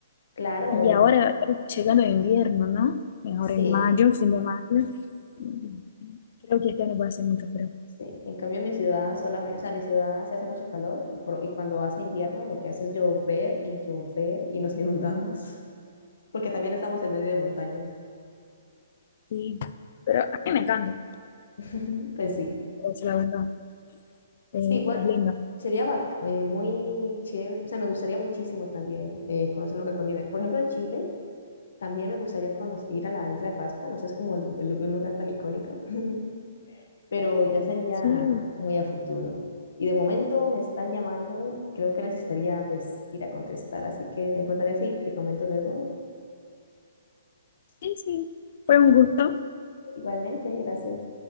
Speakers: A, on the left; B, on the left.
A: claro,
B: Y ahora
A: eh,
B: llegando el invierno, ¿no? Ahora
A: sí,
B: en mayo, fin de mayo, mm, creo que este año va a ser mucho frío.
A: sí. En cambio, en mi ciudad solamente, o sea, en mi ciudad se hace mucho calor y, pro- y cuando hace invierno lo que hace es llover y llover y nos inundamos, <laughs> porque también estamos en medio de montañas.
B: Sí, pero a mí me encanta,
A: <laughs> Pues sí,
B: pues, la verdad, eh,
A: sí, igual.
B: es lindo.
A: Sería bac- eh, muy chévere, o sea, me gustaría muchísimo también eh, conocer un lugar con nieve. Por ejemplo, en Chile También me gustaría conocer, ir a la isla de Pascua, no sé, es como el- el- un lugar tan icónico, <laughs> pero ya sería
B: Sí,
A: muy a futuro. Y de momento me están llamando, creo que necesitaría pues ir a contestar, así que te importaría si te comento luego.
B: sí, sí, fue un gusto.
A: Igualmente, gracias.